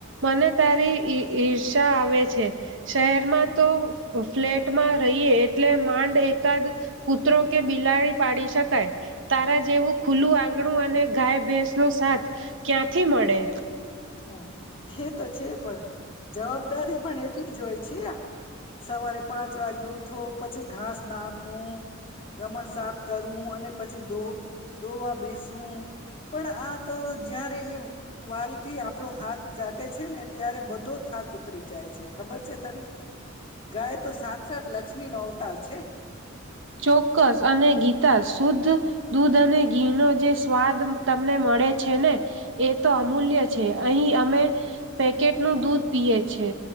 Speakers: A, on the right (about 65°); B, on the left (about 25°).
A: મને તારીઈ ઈર્ષા આવે છે શહેરમાં તો ફ્લેટમાં રહીયએ એટલે માંડ એકાદ કૂતરો કે બિલાડી પાડી શકાય તારા જેવું ખુલ્લું આંગણું અને ગાય ભેંસ નો સાથ ક્યાંથી મળે
B: હા એ તો છે પણ જવાબદારી પણ એટલી જ હોય છે છી સવારે પાંચ વાગે ઉઠો પછી ઘાસ નાખું ગમણ સાફ કરવું અને પછી ધો ધોવા બેસવું પણ આ તો જયારે એ વાલ. આપણો હાથ ચાટે છે ને ત્યારે બધો થાક ઉતરી જાય છે ખબર છે તને. ગાય તો સાક્ષ સાાત લક્ષ. લક્ષ્મી નો અવતાર છે.
A: ચોક્કસ અને ગીતા શુદ્ધ દૂધ અને ઘીનો જે સ્વાદ તમને મળે છે ને એ તો અમૂલ્ય છે અહીં અમે પેકેટનું દૂધ પીએ છે